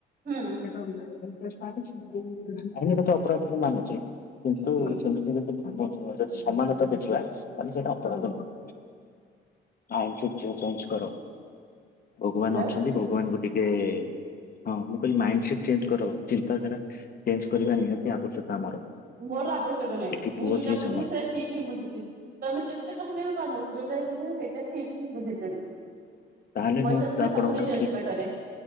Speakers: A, on the right; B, on the left.
A: ହୁଁ।
B: ଆଇନଗତ ଅପରାଧ ମୁଁ ମାନୁଛି, କିନ୍ତୁ
A: ହୁଁ
B: ସେମି ଯଦି ଯଦି ସମାନତା ଦେଖିବା ତାହେଲେ ସେଇଟା ଅପରା୍ଧ ନୁହଁ। ମାଇଣ୍ଡ ସେଟ୍ ଚେଞ୍ଜ କର, ଭଗବାନ
A: ହ୍ୟାଲୋ
B: ଅଛନ୍ତି ଭଗବାନଙ୍କୁ ଟିକେ ହଁ ମୁଁ କହିଲି ମାଇଣ୍ଡ ସେଟ୍ ଚେଞ୍ଜ କର, ଚିନ୍ତାଧାରା ଚେଞ୍ଜ କରିବା ନିହାତି ଆବଶ୍ୟକତା ଆମର।
A: ମୋର ଆବଶ୍ୟକ ନାହିଁ
B: ଏଠି
A: ତ, ମୁଁ
B: ପୁଅ
A: ଯୋଉଟା
B: ଝିଅ
A: ବୁଝିବି
B: ସମାନ
A: ସେ ଠିକ୍ ହିଁ ବୁଝିଛି, ତମେ ଯେତେ କହିଲେ ବି କଣ ହବ, ମୁଁ ଯୋଉଟା ବି ବୁଝିିଚି ସେଇଟା ଠିକ୍ ହିଁ ବୁଝିଚି ମୁଁ।
B: ତାହେଲେ
A: ପଇସା
B: ମୁଁ
A: ଥିଲେ
B: ଆପଣଙ୍କର
A: ସବୁ କିଛି
B: ଠିକ
A: ଅଛି ପାଖରେ,